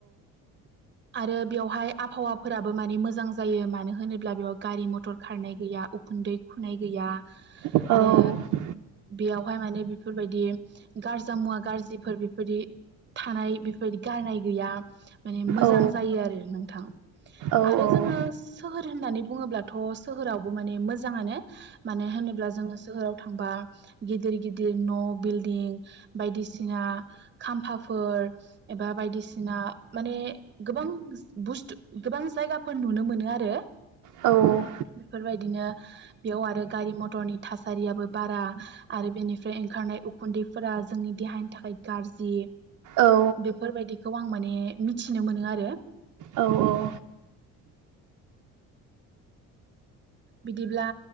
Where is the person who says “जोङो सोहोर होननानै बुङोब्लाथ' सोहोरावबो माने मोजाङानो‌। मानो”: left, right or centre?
Right